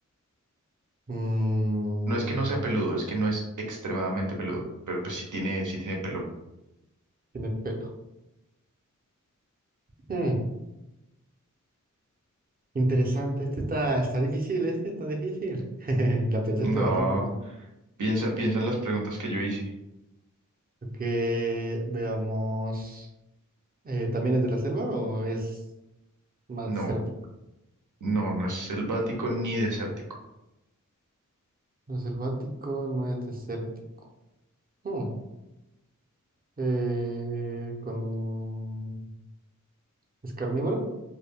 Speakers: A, on the right; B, on the right.
A: Mm,
B: No es que no sea peludo, es que no es extremadamente peludo, pero pues sí tiene, sí tiene pelo.
A: tiene pelo. Mm, interesante. Este está, está difícil, este está difícil. <laughs> La pensaste
B: No.
A: bastante bien.
B: Piensa, piensa en las preguntas que yo hice.
A: que veamos. Eh, ¿también es de la selva o es más desértico?
B: No, no, no es selvático ni desértico.
A: No es selvático, no es desértico. Mm, eh, con... ¿Es carnívoro?